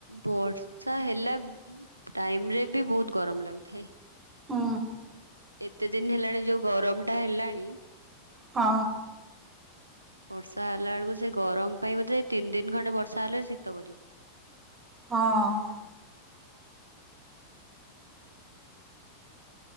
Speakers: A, on the right; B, on the right.
A: ବର୍ଷା ହେଲା ଟାଇମ ରେ ବି ବହୁତ ଗରମ ଲାଗୁଥାଏ।
B: ହୁଁ।
A: ଏତେ ଦିନ ହେଲାଣି ଯୋଉ ଗରମ ଟା ହେଲାଣି।
B: ହଁ।
A: ବର୍ଷା ହେଲା ବେଳକୁ ସେ ଗରମ ପାଇଁ ବୋଧେ ତିନି ଦିନ ଖଣ୍ଡେ ବର୍ଷା ହେଲେ ଶୀତ କରିବ।
B: ହଁ।